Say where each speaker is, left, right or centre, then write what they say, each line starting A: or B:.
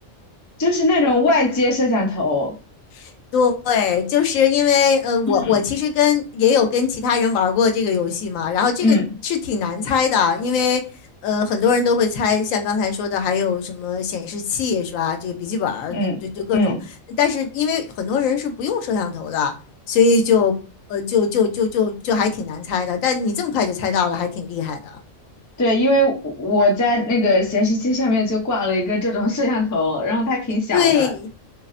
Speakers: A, on the left; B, on the left.
A: 就是那种外接摄像头。
B: <laughs> 对，就是因为呃，我我其实跟也有跟其他人玩过这个游戏嘛，
A: 嗯
B: 然后这个是挺难猜的，
A: 嗯
B: 因为呃，很多人都会猜，像刚才说的，还有什么显示器是吧？这个笔记本儿，
A: 嗯，
B: 就对，就各种。
A: 嗯，
B: 但是因为很多人是不用摄像头的，所以就呃，就就就就就还挺难猜的。但你这么快就猜到了，还挺厉害的。
A: 对，因为我我在那个显示器上面就挂了一个这种摄像头，然后它挺小的。
B: 对，